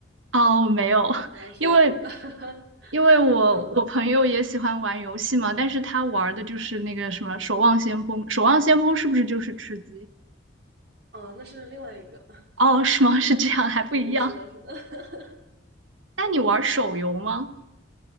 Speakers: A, on the right; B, on the right.
A: 哦，没有，<laughs>
B: 然后什么。
A: 因为
B: <laughs>
A: 因为我我朋友也喜欢玩游戏嘛，
B: 嗯，
A: 但是他玩儿的就是那个什么《守望先锋》。《守望先锋》是不是就是吃鸡？
B: 哦，那是另外一个。
A: 哦，是吗？<laughs> 是这样，还不一样。
B: 嗯，是的，是的。<laughs>
A: 那你玩儿手游吗？